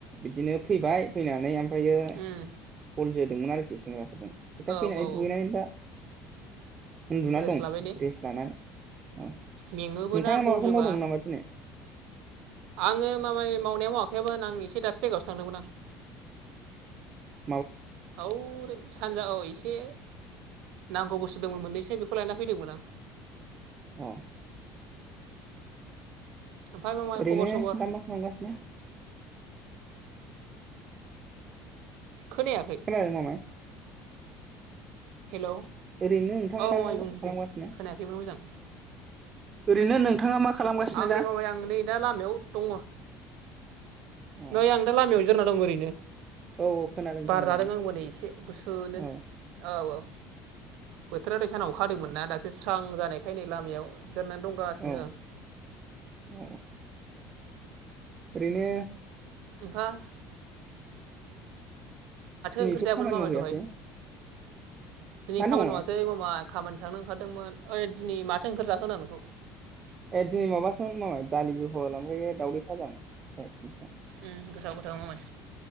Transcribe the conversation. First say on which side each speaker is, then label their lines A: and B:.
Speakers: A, on the right; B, on the right.
A: बिदिनो फैबाय फैनानै ओम फ्रायो
B: उम
A: बल जो दोंमोन आरोखि सेंग्राफोरजों दा
B: औ
A: फैनानै
B: औ औ
A: दुगैनानै दा उन्दुना
B: रेस्ट
A: दं
B: लाबाय ने
A: रेस्ट लानानै औ नोंथाङा
B: मेङोबो ना बल
A: माबाफोर
B: जोबा
A: मावदोंमोन नामा दिनै?
B: आङो माबाय मावनाया मावाखैमोन आं एसे दासो जायगायावो थांदोंमोन आं।
A: औ
B: औरै सानजा औ एसे नांगौ बुस्थु दंमोन मोननैसो बेखौ लायना फैदोंमोन आं
A: अ
B: ओमफ्राय मामाय
A: ओरैनो
B: खबर सबर
A: दा मा खालामगासिनो
B: खोनायाखै
A: खोनादों मामाय
B: हेलौ
A: ओरैनो नोंथाङा
B: औ
A: दा
B: मामाय
A: मा
B: बुं
A: खालामगासिनो
B: दे खोनायाखैमोन मोजां
A: ओरैनो नोंथाङा मा खालामगासिनो
B: आं
A: दा
B: नै माबाया आं नै दा लामायाव दङ
A: अ
B: नै आं दा लामायाव जिरायना दं ओरैनो
A: औ औ खोनादों
B: बारा
A: खोनादों
B: जादों आंबोनै एसे गुसुनो
A: औ
B: औ औ बोथोरा दै सानाव अखाहादोंमोनना
A: औ
B: दासो स्रां जानायखाय नै लामायाव जिरयनानै दंगासिनो
A: औ
B: आं
A: औ ओरैनो
B: बा <unintelligible>
A: दिनैथ'
B: ओंख्रि जायामोन
A: खामानि
B: मामाय
A: मावहैयासै
B: दहाय दिनै
A: मा
B: खामानि
A: दङमोन
B: मावासै मामाय खामानि थांनो ओंखारदोंमोन ओइ दिनै माथो ओंख्रि जाखो नोंथां
A: ए दिनै माबासो मामाय दालि जहल ओमफ्राय दावउदै भाजामोन ओमफ्राय
B: उम गोथाव गोथाव मामाय